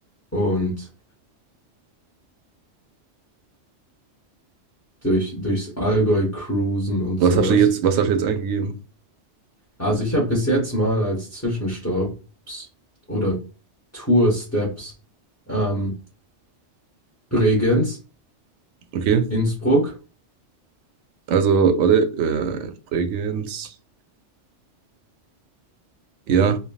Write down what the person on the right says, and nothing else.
Was
hast du jetzt, was hast du jetzt eingegeben?
Okay,
also, warte, äh, Bregenz, ja,